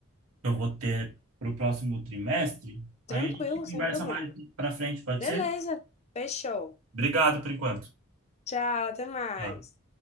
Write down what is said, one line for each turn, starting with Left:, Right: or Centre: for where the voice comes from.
Right: que eu vou ter para o próximo trimestre.
Left: Tranquilo,
Right: Aí a gente conversa
Left: sem problema.
Right: mais para frente, pode
Left: Beleza,
Right: ser?
Left: fechou.
Right: Obrigado por enquanto.
Left: Tchau, até mais.
Right: Tchau.